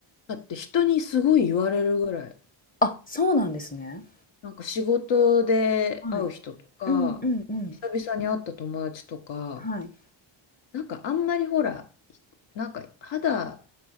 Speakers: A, on the left; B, on the left.
A: だって人にすごい言われるぐらい。
B: あ、そうなんですね。
A: なんか仕事で会う人とか、
B: はい。うんうんうん。
A: 久々に会った友達とか、
B: はい。
A: なんかあんまりほら、なんか肌、